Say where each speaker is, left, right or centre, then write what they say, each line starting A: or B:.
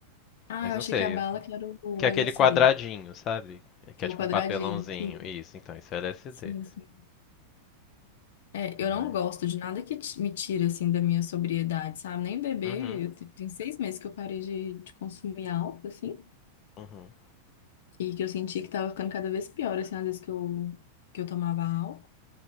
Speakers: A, on the left; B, on the left.
A: Ah,
B: Mas
A: eu
B: não
A: achei
B: sei,
A: que a bala que era o
B: que é
A: LSD,
B: aquele quadradinho, sabe?
A: que
B: Que é
A: é
B: tipo
A: o quadradinho.
B: um papelãozinho.
A: Sim,
B: Isso, então, isso é LSD.
A: sim, sim. É,
B: Mas...
A: eu não gosto de nada que ti- me tira, assim, da minha sobriedade, sabe? Nem beber,
B: Uhum,
A: eu te- tem seis meses que eu parei de, de consumir álcool, assim,
B: uhum,
A: e que eu senti que tava ficando cada vez pior, assim, às vezes que eu, que eu tomava álcool,